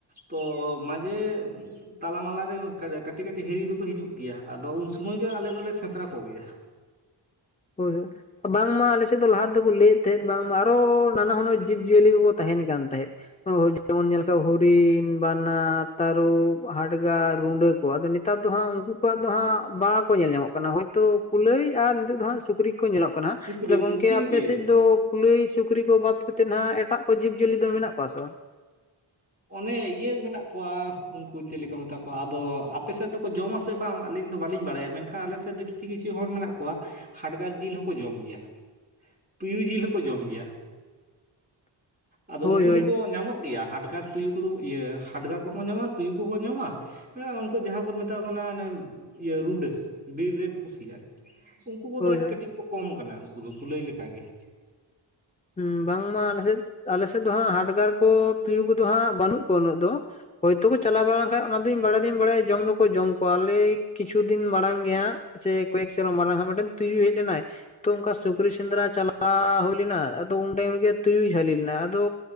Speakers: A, on the right; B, on the left.
A: ᱛᱚ ᱢᱟᱡᱷᱮ ᱛᱟᱞᱟ ᱢᱟᱞᱟ ᱨᱮ ᱠᱟᱹᱴᱤᱡ ᱠᱟᱹᱴᱤᱡ ᱦᱤᱨᱤ ᱫᱚᱠᱚ ᱦᱤᱡᱩᱜ ᱜᱮᱭᱟ ᱟᱫᱚ ᱩᱱ ᱥᱚᱢᱚᱭ ᱜᱮ ᱟᱞᱮ ᱫᱚᱞᱮ ᱥᱮᱸᱫᱽᱨᱟ ᱠᱚᱜᱮᱭᱟ᱾
B: ᱦᱳᱭ ᱦᱳᱭ ᱵᱟᱝᱢᱟ ᱟᱞᱮ ᱥᱮᱫ ᱫᱚ ᱞᱟᱦᱟᱮᱫᱠᱚ ᱞᱟᱹᱭᱮᱫ ᱛᱟᱦᱮᱸᱫ ᱵᱟᱝᱢᱟ ᱟᱨᱚ ᱱᱟᱱᱟᱦᱩᱱᱟᱨ ᱡᱤᱵᱡᱤᱭᱟᱹᱞᱤ ᱠᱚᱠᱚ ᱛᱟᱦᱮᱱ ᱠᱟᱱ ᱛᱟᱦᱮᱸᱫ᱾ ᱦᱳᱭ ᱡᱮᱢᱚᱱ ᱧᱮᱞᱠᱟᱜ ᱦᱚᱨᱤᱱ ᱵᱟᱱᱟ ᱛᱟᱹᱨᱩᱵ ᱦᱟᱰᱜᱟᱨ ᱨᱩᱸᱰᱟᱹ ᱠᱚ ᱟᱫᱚ ᱱᱤᱛ ᱱᱮᱛᱟᱨ ᱫᱚ ᱦᱟᱸᱜ ᱩᱱᱠᱩ ᱠᱚᱣᱟᱜ ᱫᱚ ᱦᱟᱸᱜ ᱵᱟᱠᱚ ᱧᱮᱞ ᱧᱟᱢᱚᱜ ᱠᱟᱱᱟ ᱦᱳᱭᱛᱳ ᱠᱩᱞᱟᱹᱭ ᱟᱨ ᱱᱤᱛᱚᱜ ᱫᱚ ᱦᱟᱸᱜ᱾ ᱥᱩᱠᱨᱤ ᱠᱚ ᱧᱮᱞᱚᱜ ᱠᱟᱱᱟ
A: ᱥᱩᱠᱨᱤ
B: ᱛᱟᱞᱮ ᱜᱚᱝᱠᱮ
A: ᱱᱩᱠᱤᱱ
B: ᱟᱯᱮ
A: ᱜᱮ
B: ᱥᱮᱫ ᱫᱚ ᱠᱩᱞᱟᱹᱭ ᱥᱩᱠᱨᱤ ᱠᱚ ᱵᱟᱫ ᱠᱟᱛᱮᱫ ᱦᱟᱸᱜ ᱮᱴᱟᱜ ᱠᱚ ᱡᱤᱵᱽᱼᱡᱤᱭᱟᱹᱞᱤ ᱫᱚ ᱢᱮᱱᱟᱜ ᱠᱚᱣᱟ ᱥᱮ ᱵᱟᱝ?
A: ᱚᱱᱮ ᱤᱭᱟᱹ ᱢᱮᱱᱟᱜ ᱠᱚᱣᱟ ᱩᱱᱠᱩ ᱪᱮᱞᱮ ᱠᱚ ᱢᱮᱛᱟ ᱠᱚᱣᱟ ᱟᱫᱚ ᱟᱯᱮ ᱥᱮᱫ ᱫᱚᱠᱚ ᱡᱚᱢᱟᱥᱮ ᱛᱮ ᱵᱟᱝ ᱟᱹᱞᱤᱧ ᱫᱚ ᱵᱟᱹᱞᱤᱧ ᱵᱟᱲᱟᱭᱟ ᱢᱮᱱᱠᱷᱟᱱ ᱟᱞᱮ ᱥᱮᱫ ᱠᱤᱪᱷᱤ ᱠᱤᱪᱷᱩ ᱦᱚᱲ ᱢᱮᱱᱟᱜ ᱠᱚᱣᱟ ᱾ ᱦᱟᱰᱜᱟᱨ ᱡᱤᱞ ᱦᱚᱸᱠᱚ ᱡᱚᱢ ᱜᱮᱭᱟ ᱛᱩᱭᱩ ᱡᱤᱞ ᱦᱚᱸᱠᱚ ᱡᱚᱢ ᱜᱮᱭᱟ ᱾ ᱟᱫᱚ
B: ᱦᱳᱭ
A: ᱩᱱᱠᱩ
B: ᱦᱳᱭ
A: ᱫᱚᱠᱚ ᱧᱟᱢᱚᱜ ᱜᱮᱭᱟ ᱦᱟᱰᱜᱟᱨ ᱛᱩᱭᱩ ᱠᱚᱫᱚ ᱤᱭᱟᱹ ᱦᱟᱰᱜᱟᱨ ᱠᱚᱦᱚ ᱧᱟᱢᱟ ᱛᱩᱭᱩ ᱠᱚᱠᱚ ᱧᱟᱢᱟ ᱾ ᱩᱱᱠᱩ ᱡᱟᱦᱟᱸ ᱵᱚᱱ ᱢᱮᱛᱟᱣ ᱠᱟᱱᱟ ᱟᱱᱮ ᱤᱭᱟᱹ ᱨᱩᱰᱟᱹ ᱵᱤᱨ ᱨᱮᱱ ᱯᱩᱥᱤ ᱟᱨᱠᱤ ᱾ ᱩᱱᱠᱩ ᱠᱚᱫᱚ
B: ᱦᱳᱭ ᱦᱳᱭ
A: ᱠᱟᱹᱴᱤᱡ ᱠᱚ ᱠᱚᱢ ᱠᱟᱱᱟ ᱩᱱᱠᱩ ᱫᱚ ᱠᱩᱞᱟᱹᱭ ᱞᱮᱠᱟ ᱜᱮ ᱾
B: ᱦᱩᱸ ᱵᱟᱝᱢᱟ ᱟᱞᱮᱥᱮᱫ ᱟᱞᱮ ᱥᱮᱫ ᱫᱚ ᱦᱟᱸᱜ ᱦᱟᱴᱜᱟᱨ ᱠᱚ ᱛᱩᱭᱩ ᱠᱚᱫᱚ ᱦᱟᱸᱜ ᱵᱟᱹᱱᱩᱜ ᱠᱚᱣᱟ ᱩᱱᱟᱹᱜ ᱫᱚ ᱾ ᱦᱳᱭᱛᱳ ᱠᱚ ᱪᱟᱞᱟᱣ ᱵᱟᱲᱟ ᱞᱮᱱ ᱠᱷᱟᱱ ᱚᱱᱟᱫᱚᱧ ᱵᱟᱲᱟᱭ ᱫᱩᱧ ᱵᱟᱲᱟᱭᱟ ᱡᱚᱢ ᱫᱚᱠᱚ ᱡᱚᱢ ᱠᱚᱣᱟ ᱟᱞᱮ ᱠᱤᱪᱷᱩ ᱫᱤᱱ ᱢᱟᱲᱟᱝ ᱜᱮ ᱦᱟᱸᱜ ᱾ ᱥᱮ ᱠᱚᱭᱮᱠ ᱥᱮᱨᱢᱟ ᱢᱟᱨᱟᱝ ᱢᱤᱫᱴᱟᱝ ᱛᱩᱭᱩᱭ ᱦᱮᱡ ᱞᱮᱱᱟᱭ ᱛᱚ ᱚᱱᱠᱟ ᱥᱩᱠᱨᱤ ᱥᱮᱸᱫᱽᱨᱟ ᱪᱟᱞᱟᱣ ᱦᱩᱭ ᱞᱮᱱᱟ ᱾ ᱫᱚ ᱩᱱ ᱴᱟᱭᱤᱢ ᱨᱮᱜᱮ ᱛᱩᱭᱩᱭ ᱡᱷᱟᱞᱤ ᱞᱮᱱᱟᱭ ᱟᱫᱚ